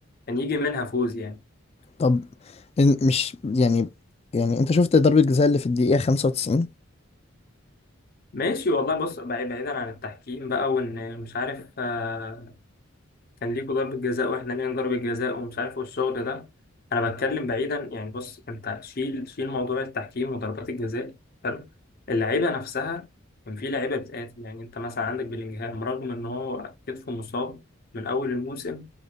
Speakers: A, on the left; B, on the left.
A: كان يجي منها فوز يعني
B: طب إن- مش يعني يعني انت شفت ضربة الجزاء اللي في الدقيقة 95
A: ماشي والله بص بعيد- بعيدا عن التحكيم بقى وان مش عارف آه، كان ليكوا ضربة جزاء واحنا لينا ضربة جزاء ومش عارف إيه والشغل ده انا بتكلم بعيدا يعني بص انت شيل شيل موضوع التحكيم وضربات الجزاء حلو اللعيبة نفسها كان في لعيبة بتقاتل يعني انت مثلا عندك بلينجهام رغم ان هو كتفه مصاب من اول الموسم